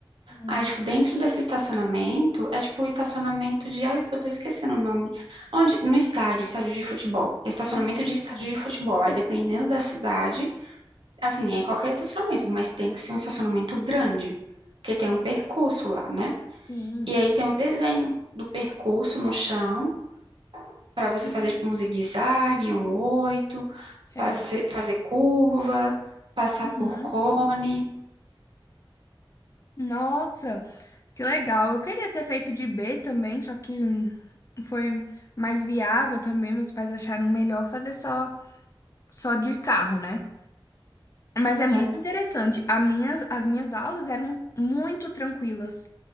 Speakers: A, on the left; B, on the right.
A: Hum.
B: Aí, tipo, dentro desse estacionamento, é tipo o estacionamento de. Ah, eu tô esquecendo o nome. Onde? No estádio, estádio de futebol. É Estacionamento
A: Ah,
B: de estádio de futebol. Aí, dependendo da cidade, assim, é em qualquer estacionamento, mas tem que ser um estacionamento grande, porque tem um percurso lá, né?
A: Sim.
B: E aí tem um desenho do percurso no chão, pra você
A: Hum.
B: fazer, tipo, um zigue-zague, um oito,
A: Certo.
B: passe- fazer curva, passar
A: Uhum.
B: por cone.
A: Nossa, que legal. Eu queria ter feito de B também, só que hum, foi mais viável também. Meus pais acharam melhor fazer só. só de carro, né? Mas é muito
B: É,
A: interessante. A minha, as minhas aulas eram muito tranquilas.